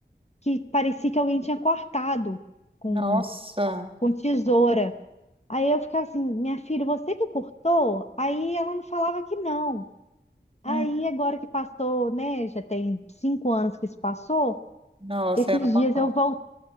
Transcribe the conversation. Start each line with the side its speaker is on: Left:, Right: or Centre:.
Left: que parecia que alguém tinha cortado com,
Right: nossa,
Left: com tesoura. Aí eu ficava assim, minha filha, você que cortou? Aí ela não falava que não. Aí,
Right: hum,
Left: agora que passou, né? Já tem cinco anos que isso passou.
Right: nossa,
Left: Esses
Right: ela contou.
Left: dias eu voltei,